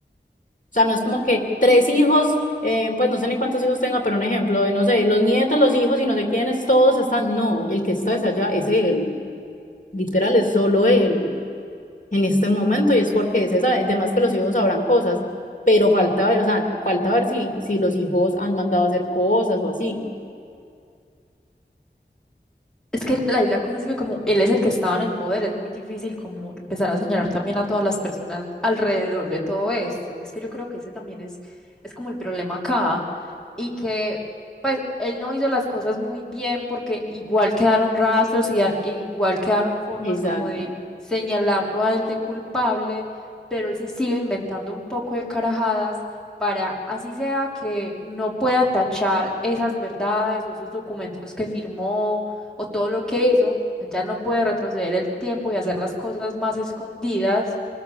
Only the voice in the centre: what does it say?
Es que el, la, y la cosa es que como él es el que estaba en el poder, es muy difícil como empezar a señalar también a todas las personas alrededor de todo eso. Es que yo creo que ese también es, es como el problema acá y que pues él no hizo las cosas muy bien porque igual quedaron rastros y al- igual quedaron formas
como de señalarlo a él de culpable, pero él se sigue inventando un poco de carajadas para así sea que no pueda tachar esas verdades o esos documentos que firmó o todo lo que hizo, él ya no puede retroceder el tiempo y hacer las cosas más escondidas.